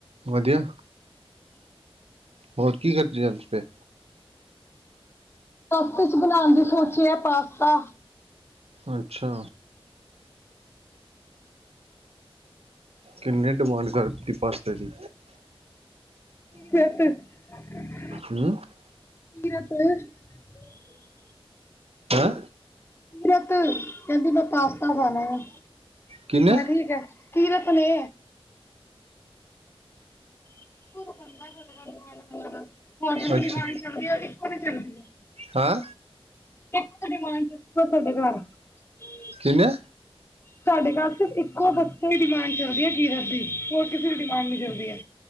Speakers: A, on the right; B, on the left.
A: ਵਧੀਆ ਹੋਰ ਕੀ ਕਰਦੀ ਜਾਂ ਫੇ
B: ਵਾਪਸੀ ਬਣਾਉਣ ਦਾ ਸੋਚਿਆ ਹੈ। ਪਾਸਤਾ
A: ਅੱਛਾ ਕਿੰਨੇਡਿਮਾਂਡ ਕਰ ਦਿੱਤੀ ਪਸਤੇ ਦੀ
B: <unintelligible>
A: ਹੂ
B: <unintelligible>
A: ਹੈਂ।
B: ਕੀਰਤ ਕਹਿੰਦੀ ਮੈਂ ਪਾਸਤਾ ਖਾਣਾ ਆ
A: ਕਿੰਨੇ
B: ਮੈਂ ਕਿਹਾ ਠੀਕ ਆ ਕੀਰਤ ਨੇ <unintelligible> ਹੋਰ ਕਿਦੀ ਦੀ
A: ਅੱਛਾ
B: ਡਿਮਾਂਡ ਚਲਦੀ ਹੋਣੀ <unintelligible>
A: ਹੈਂ
B: <unintelligible>
A: ਕਿਵੇਂ
B: ਸਾਡੇ ਘਰ ਸਿਰਫ ਇੱਕੋ ਬੱਚੇ ਦੀ ਡਿਮਾਂਡ ਚੱਲਦੀ ਹੈ ਕੀਰਤ ਦੀ। ਹੋਰ ਕਿਸੇ ਦੀ ਡਿਮਾਂਡ ਨੀ ਚੱਲਦੀ ਏ।